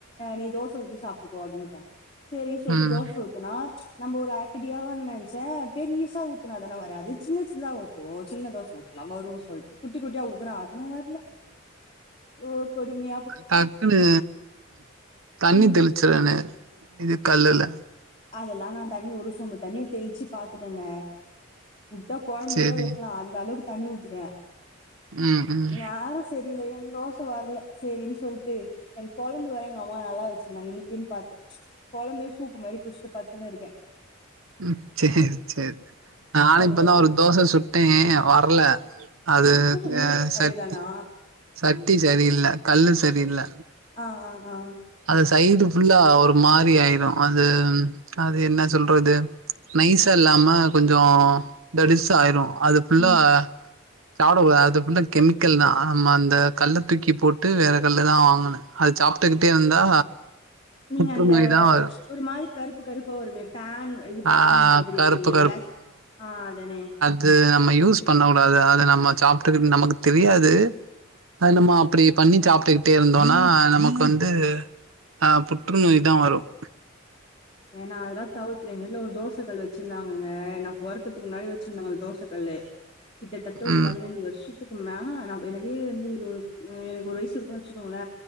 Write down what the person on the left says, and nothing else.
நீ தோச ஊத்தி சாப்ட்டுக்கோ அப்டின்ட்டாங்க செரி சொல்ட்டு
தோச ஊத்துனா நம்ப ஒரு ஐடியாவா நெனச்ச பெரிசா ஊத்துனாதான வராது சின்ன சின்னதா ஊத் துவோ சின்ன தோச ஊத்துனா வருன் சொல்ட்டு குட்டி குட்டியா ஊத்துனா அதுவு வர்ல ஓ கொடுமயே
ம்
அதெல்லா நா தண்ணி ஒரு சொம்பு தண்ணிய தெளிச்சு பாத்துட்டங்க உட்டா கொழம்பு
கூட வைக்கலா அந்த அளவுக்கு தண்ணி ஊத்திட்ட
நேரம் சரி இல்ல ஏ தோசை வரல செரின் சொல்ட்டு எனக் கொழம்பு வேற எங்கம்மா நல்லா வச்சிந்தாங்க இன்னிகின் பாத்து கொழம்ப சூப்பு மாரி குஸ்ட்டு பத்துன்னுருக்க
அதெல்லா
உங்களுக்கு
அதேதானா
ஆ ஆ ஆ
ம்
நீங்க
அந்த
ஒரு மாரி கருப்பு கருப்பா வருமே பேன் இது
பேன் மாதிரி இருக்குமே
எலாஸ் ஆ அதானே
ஏனா அதெல்லா தவுத்துரு எங்க வீட்ல ஒரு தோசகல் வச்சிருந்தாங்கங்க நா பொறக்கறதுக் முன்னாடி வச்சிருந்தோ அந்த தோச கல்லு கிட்டத்தட்ட ஒரு
பதினஞ்சு வருஷ்ச த்துக்கு மா எனக்கே வந்து இருவத் எனக் ஒரு வய்ஸ் இருக்குன் வச்சிகோங்ள